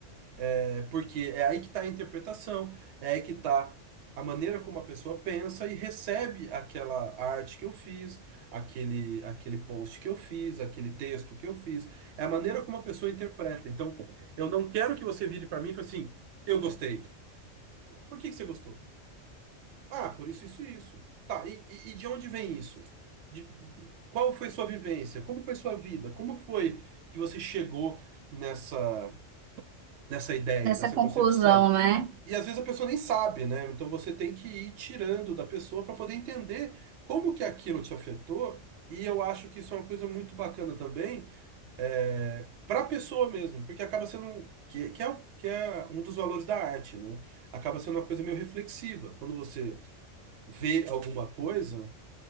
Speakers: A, on the right (about 65°); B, on the right (about 80°).
A: É porque é aí que tá a interpretação, é aí que tá a maneira como a pessoa pensa e recebe aquela arte que eu fiz, aquele, aquele post que eu fiz, aquele texto que eu fiz. É a maneira como a pessoa interpreta. Então, eu não quero que você vire pra mim e fale assim, eu gostei. Por que que você gostou? Ah, por isso, isso e isso. Tá, e, e- e de onde vem isso? De- qual foi sua vivência? Como foi sua vida? Como foi que você chegou nessa, nessa ideia,
B: Nessa
A: nessa
B: conclusão,
A: concepção?
B: né?
A: E às vezes a pessoa nem sabe, né? Então você tem que ir tirando da pessoa para poder entender como que aquilo te afetou. E eu acho que isso é uma coisa muito bacana também, é, para a pessoa mesmo, porque acaba sendo um- que, que é, o- que é um dos valores da arte, né? Acaba sendo uma coisa meio reflexiva. Quando você ver alguma coisa